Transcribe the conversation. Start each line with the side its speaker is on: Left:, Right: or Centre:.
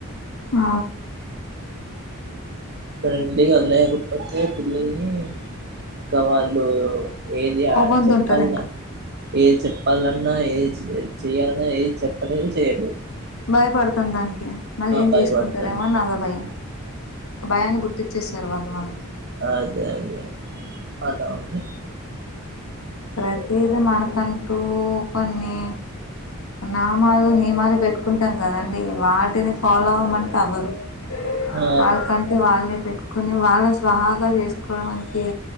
Left: ఆ
Right: ఫ్రెండ్లీగా లేకపోతే పిల్లల్ని ఇంకా వాళ్ళు, ఏది
Left: కోపంతో
Right: ఆ చెప్పాల
Left: ఉంటారు ఇంకా
Right: ఏది చెప్పాలన్నా ఏది చెయాలన్నా ఏది చెప్పాలేరు చెయలేరు
Left: భయపడ దానికి మళ్ళీ ఏం
Right: భయపడతారు
Left: చేసుకుంటారేమోని అదో భయం భయాన్ని పుట్టిచ్చేసారు వాళ్ళు మానాకి
Right: అదే అదే అలా ఉంది
Left: ప్రతిదీ మనకంటూ కొన్ని నామాలు నియమాలు పెట్టుకుంటాం కదాండి వాటిని ఫాలో అవ్వమంటే అవ్వరు
Right: ఆ
Left: వాళ్ళ కంటే వల్లే కొన్ని వాళ్ళ స్వహాగా చేసుకోవడంనికి